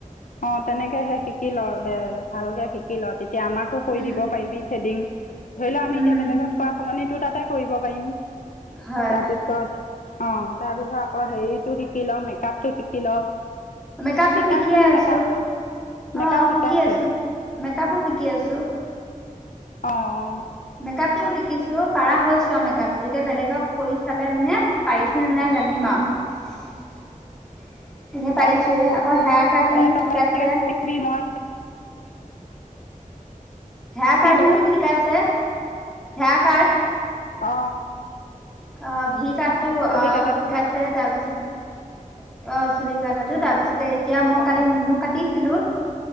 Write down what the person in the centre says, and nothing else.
উম
উম
হয়
মেকআপটো
শিকিয়ে আছো,
অ
শিকি আছো, মেকআপো শিকি আছো।
মেকআপটো শিকিছো। পাৰা হৈছো আউ মেকআপটো এতিয়া বেলেগক কৰি চালে মানে পাইছো নে নাই জানিম আউ। এনে পাৰিছোয়ে,
আকৌ হেয়াৰ কাটিংটো
শিকাইছে।
হেয়াৰ
কাৰ্টিঙটো
শিকাইছে, হেয়াৰ কাৰ্ড,
অ ভি কাতটো অ
শিকাইছে তাৰপিছত অ চুলি কাটাটো তাৰপিছতে এ এতিয়া মই
কালি মুনো কাটিছিলো,